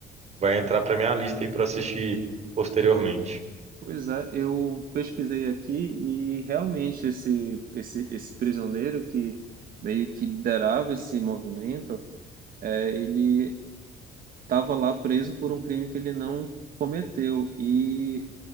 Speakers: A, on the right (about 40°); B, on the right (about 55°).
A: vai entrar para minha lista aí para assistir posteriormente.
B: Pois é, eu pesquisei aqui e realmente esse esse esse prisioneiro que meio que liderava esse movimento, é, ele estava lá preso por um crime que ele não cometeu. E,